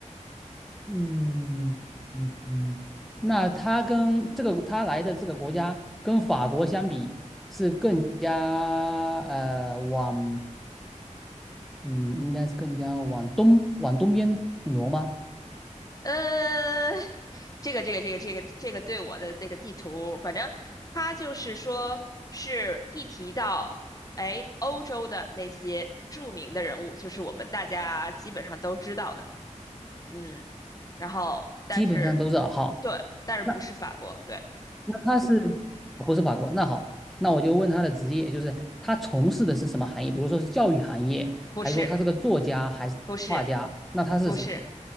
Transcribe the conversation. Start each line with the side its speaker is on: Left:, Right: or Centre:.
Centre: 嗯嗯嗯，那他跟这个他来的这个国家跟法国相比，是更加呃往嗯，应该是更加往东往东边挪吗？
Left: 呃，这个这个这个这个这个对我的这个地图，反正它就是说是一提到。哎，欧洲的那些著名的人物，就是我们大家基本上都知道的。嗯，然后但是，
Centre: 基本上都是好。
Left: 对，但是不是法国，
Centre: 那
Left: 对，
Centre: 那他是不是法国？那好，那我就问他的职业，就是他从事的是什么行业？比如说是教育行业，
Left: 不是，
Centre: 还是说他是个作家，还是画家？
Left: 不是，
Centre: 那他是什么？
Left: 不是，